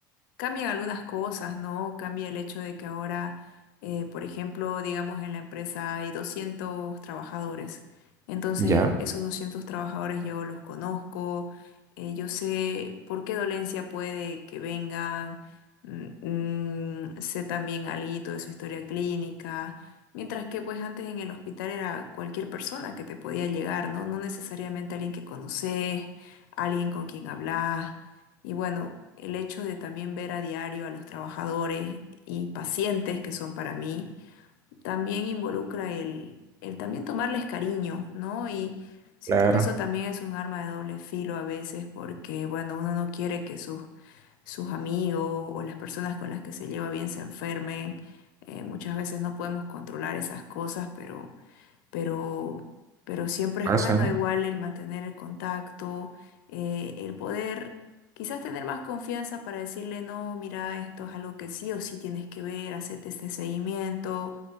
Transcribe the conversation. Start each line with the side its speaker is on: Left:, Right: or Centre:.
Left: cambian algunas cosas, ¿no? Cambia el hecho de que ahora, eh, por ejemplo, digamos en la empresa hay 200 trabajadores. Entonces,
Right: Ya,
Left: esos 200 trabajadores yo los conozco, eh, yo sé por qué dolencia puede que vengan, mm, mm, sé también algo de su historia clínica. Mientras que pues antes en el hospital era cualquier persona que te podía llegar, ¿no? No necesariamente alguien que conoces, alguien con quien hablas. Y bueno, el hecho de también ver a diario a los trabajadores y pacientes que son para mí también involucra el, el también tomarles cariño, ¿no? Y siento
Right: claro,
Left: que eso también es un arma de doble filo a veces porque, bueno, uno no quiere que sus, sus amigos o las personas con las que se lleva bien se enfermen. Eh, muchas veces no podemos controlar esas cosas, pero pero, pero siempre
Right: pasa,
Left: es bueno
Right: ¿no?
Left: igual el mantener el contacto, eh, el poder quizás tener más confianza para decirle, no, mira, esto es algo que sí o sí tienes que ver, hacerte este seguimiento.